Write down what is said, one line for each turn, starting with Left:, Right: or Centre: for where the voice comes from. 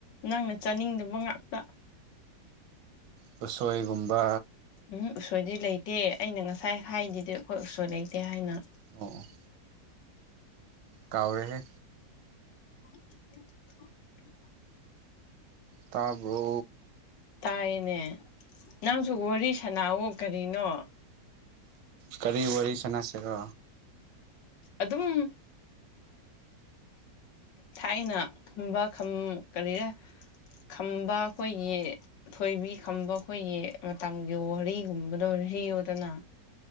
Left: ꯅꯪꯅ ꯆꯥꯅꯤꯡꯗꯕ ꯉꯥꯛꯇ
Right: ꯎꯕꯁꯣꯏꯒꯨꯝꯕ
Left: ꯎꯝ ꯎꯁꯣꯏꯗꯤ ꯂꯩꯇꯦ ꯑꯩꯅ ꯉꯁꯥꯏ ꯍꯥꯏꯗꯤꯗꯤ ꯑꯩꯈꯣꯏ ꯎꯁꯣꯏ ꯂꯩꯇꯦ ꯍꯥꯏꯅ
Right: ꯑꯣ ꯑꯣ ꯀꯥꯎꯔꯦꯍꯦ
Left: <unintelligible>
Right: ꯇꯥꯕ꯭ꯔꯣ
Left: ꯇꯥꯏꯌꯦꯃꯤ ꯅꯪꯁꯨ ꯋꯥꯔꯤ ꯁꯅꯥꯑꯣ ꯀꯔꯤꯅꯣ
Right: ꯀꯔꯤ ꯋꯥꯔꯤꯔꯤ ꯁꯅꯁꯤꯔꯣ
Left: ꯑꯗꯨꯝ ꯊꯥꯏꯅ ꯈꯝꯕ ꯀꯔꯤꯔ ꯈꯝꯕ ꯑꯩꯈꯣꯏꯒꯤ ꯊꯣꯏꯕꯤ ꯈꯝꯕ ꯑꯩꯈꯣꯏꯒꯤ ꯃꯇꯝꯒꯤ ꯋꯥꯔꯤꯒꯨꯝꯕꯗꯣ ꯂꯤꯌꯣꯗꯅꯥ